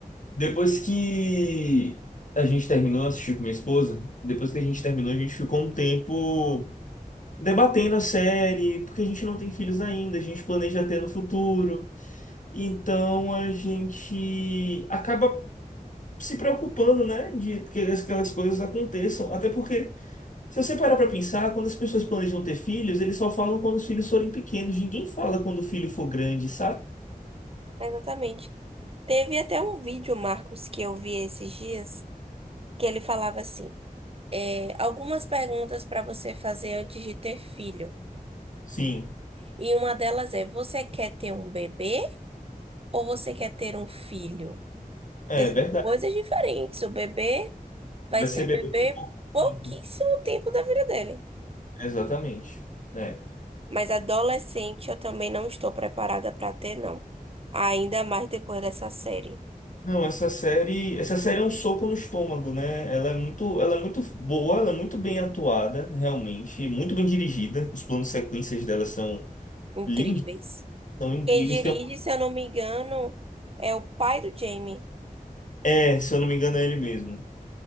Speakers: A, on the left; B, on the right.
A: Depois que a gente terminou, eu assisti com minha esposa, depois que a gente terminou, a gente ficou um tempo debatendo a série, porque a gente não tem filhos ainda, a gente planeja ter no futuro. Então a gente acaba se preocupando, né, de que aquelas coisas aconteçam. Até porque, se você parar para pensar, quando as pessoas planejam ter filhos, eles só falam quando os filhos forem pequenos. Ninguém fala quando o filho for grande, sabe?
B: Exatamente. Teve até um vídeo, Marcos, que eu vi esses dias, que ele falava assim: é, algumas perguntas para você fazer antes de ter filho.
A: Sim,
B: E uma delas é: você quer ter um bebê ou você quer ter um filho?
A: é
B: Porque são
A: verdade.
B: coisas diferentes. O bebê vai
A: Vai
B: ser
A: ser
B: bebê
A: bebê por pouco
B: pouquíssimo
A: tempo.
B: tempo da vida dele.
A: Exatamente. É.
B: Mas adolescente eu também não estou preparada para ter, não. Ainda mais depois dessa série.
A: Não, essa série, essa série é um soco no estômago, né? Ela é muito, ela é muito boa, ela é muito bem atuada, realmente, muito bem dirigida. Os planos sequências dela são
B: Incríveis.
A: lindos, são incríveis.
B: Quem dirige,
A: Tem- um-
B: se eu não me engano, é o pai do Jamie.
A: É, se eu não me engano, é ele mesmo.